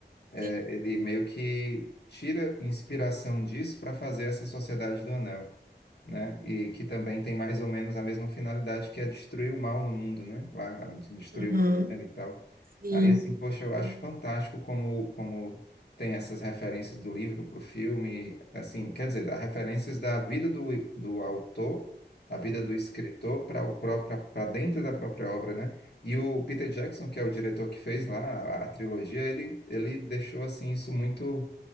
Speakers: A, on the left; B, on the right.
A: Eh,
B: Sim,
A: ele meio que tira inspiração disso para fazer essa Sociedade do Anel né? E que também tem mais ou menos a mesma finalidade que é destruir o mal no mundo, né? Lá destruir
B: uhum.
A: o Abel e tal.
B: Sim,
A: Aí assim, poxa, eu
B: sim.
A: acho fantástico como como tem essas referências do livro para o filme, assim, quer dizer, dá referências da vida do, do autor, a vida do escritor para o próprio para dentro da própria obra, né? E o Peter Jackson, que é o diretor que fez lá a, a trilogia, ele ele deixou assim isso muito